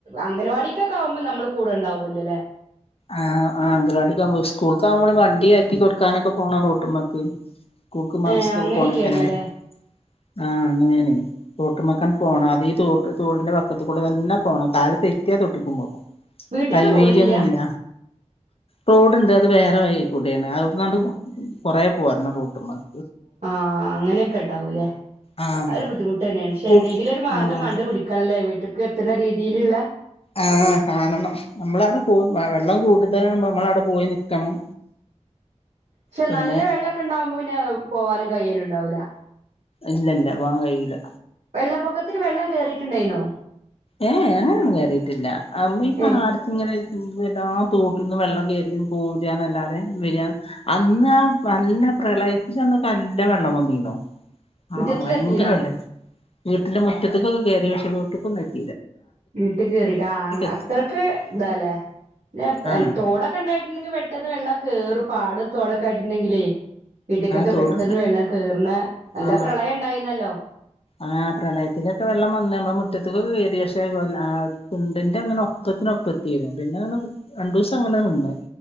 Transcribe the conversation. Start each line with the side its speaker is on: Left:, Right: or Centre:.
Right: അംഗനവാടി <unintelligible> ആകുമ്പോ നമ്മള് കൂടെണ്ടാവൂല്ലല്ലേ
Left: ആ ആ അംഗനവാടിക്ക് ആകുമ്പോ സ്കൂൾക്ക് ആകുമ്പോൾ വണ്ടി കേറ്റി കൊടുക്കാനൊക്കെ പോണം റോഡുംമേക്ക് <unintelligible>
Right: ഏഹ് അങ്ങനെയൊക്കെയാണല്ലേ
Left: ആഹ് അങ്ങനെയാണ് തോട്ടുമക്കൻ പോണം അത് ഈ തോട്ട് തോടിന്റെ വക്കത്ത് കൂടെ തന്നെ പോണം കാല് തെറ്റിയ തോട്ടക്കും പോകും
Right: വീട്ട്ക്ക്
Left: ഹൈവേയിലൊന്നുല്ല
Right: റോഡില്ല
Left: റോഡ്ണ്ട് അത് വേറെ വഴിയികൂട്യയാണ് അവ്ട്ന്നാണ്ട് കൊറെ പോരണം റോട്ട്മ്മക്
Right: ആഹ് അങ്ങനൊക്കെണ്ടാവൂലേ
Left: ആഹ്
Right: ആ ഒരു ബുദ്ധിമുട്ടന്ന്യാണ്
Left: സ്കൂൾക്ക്
Right: ക്ഷെ എന്തെങ്കിലൊരു മാർഗം
Left: ആഹ്
Right: കണ്ട് പിടിക്കണല്ലോ വീട്ടി എത്ത്ണ രീതിയിലുള്ള
Left: ആഹ് കാണണം നമ്മളവ്ടെ പോ വെളണ്ണം കൂടുതലാവ്മ്പോ മ്മളവ്ടെ പോയി നിക്കണം
Right: പക്ഷെ
Left: പിന്നെ
Right: നല്ല വെള്ളൊക്കെ ഇണ്ടാവുമ്പോ പിന്നെ പോവാനും കയ്യല് ണ്ടാവുല
Left: ഇല്ല ഇല്ല പോവാൻ കയൂല
Right: വെള്ളപ്പൊക്കത്തിന് വെള്ളം കേറിട്ടുണ്ടായ്നോ
Left: ഏഹ് ങ്ങനൊന്നും കേറിട്ടില്ല അമ്മഇപാട്ത്ത്ങ്ങനെ
Right: ഏ
Left: <unintelligible> തോട്ടിന്ന് വെള്ളം കേറിന്ന് പോരാന്നല്ലാതെ വര അന്ന് ആ നല്ല പ്രളയിച്ചന്ന് നല്ല വെള്ളം വന്നീനു
Right: മുറ്റത്തിലെത്തീണോ
Left: ആഹ് ഭയങ്കര വെള്ളെ വീട്ടിന്റെ മുറ്റത്കൊക്കെ കേ <unintelligible>
Right: വീട്ട് കേറിട്ട ആ
Left: എത്തി
Right: അത്രക്ക് താല്ലേ ന്ന
Left: ആ
Right: തോടൊക്കെ ണ്ടായിട്ട്ണ്ടെങ്കി പെട്ടെന്ന് വെള്ളം കേറും പാടം തൊടൊക്ക ആയിട്ടുണ്ടെങ്കിലേ വീട്ടിക്കൊക്കെ
Left: തൂട്
Right: പെട്ടെന്ന് വെള്ളം കേറുന്ന നല്ല
Left: ആ
Right: പ്രളയം ഉണ്ടായിന്നല്ലോ
Left: ആഹ പ്രളയത്തിലൊക്കെ വെള്ളം വന്ന്പോ മുറ്റത്തക്കൊക്കെ കയറി പക്ഷെ കൊല്ല ചണ്ടിന്റെ അങ്ങനെ ഒപ്പത്തിന ഒപ്പത്തിും പിന്നെ അ രണ്ടു ദിവസം അങ്ങനെ നിന്ന